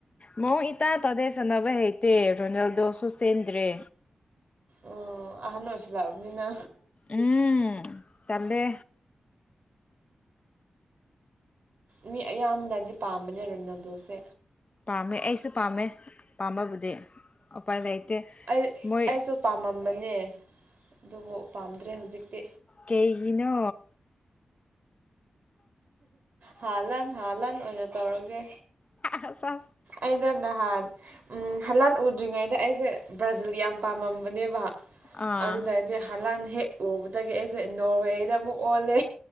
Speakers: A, on the left (about 40°); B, on the right (about 65°).
A: ꯃ ꯏꯇ ꯇꯗꯦꯁꯅꯕ ꯍꯩꯇꯦ ꯔꯣꯅꯥꯜꯗꯣ ꯁꯨꯁꯦꯟꯟ꯭ꯔꯦ
B: ꯑꯣ ꯑꯍꯥꯅꯁꯤ ꯑꯅꯤꯅ
A: ꯎꯝ ꯇꯜꯂꯦ
B: ꯃꯤ ꯑꯌꯥꯝꯕꯅꯗꯤ ꯄꯥꯝꯕꯅꯦ ꯔꯨꯅꯥꯗꯣꯁꯦ
A: ꯄꯥꯝꯃꯦ ꯑꯩꯁꯨ ꯄꯥꯝꯃꯦ ꯄꯥꯝꯕꯕꯨꯗꯤ ꯎꯄꯥꯏ ꯂꯩꯇꯦ
B: ꯑꯩ
A: ꯃꯣꯏ
B: ꯑꯩꯁꯨ ꯄꯥꯝꯃꯝꯕꯅꯦ ꯑꯗꯨꯕꯨ ꯄꯥꯝꯗ꯭ꯔꯦ ꯍꯧꯖꯤꯛꯇꯤ
A: ꯀꯩꯒꯤꯅꯣ
B: ꯍꯥꯥꯟꯍꯟ ꯍꯥ ꯂꯟ ꯑꯣꯏꯅ ꯇꯧꯔꯒꯦ
A: ꯑ
B: ꯑꯩꯅ ꯅꯍꯥꯟ ꯍꯂꯥꯟ ꯎꯗ꯭ꯔꯤꯉꯩꯗ ꯑꯩꯁꯦ ꯕ꯭ꯔꯥꯖꯤꯜ ꯌꯥꯝ ꯄꯥꯝꯃꯝꯕꯅꯦꯕ
A: ꯑꯥ
B: ꯑꯗꯨꯅꯗꯤ ꯍꯂꯥꯟ ꯍꯦꯛ ꯎꯕꯗꯒꯤ ꯑꯩꯁꯦ ꯅꯣꯔꯋꯦꯗ ꯑꯃꯨꯛ ꯑꯣꯜꯂꯦ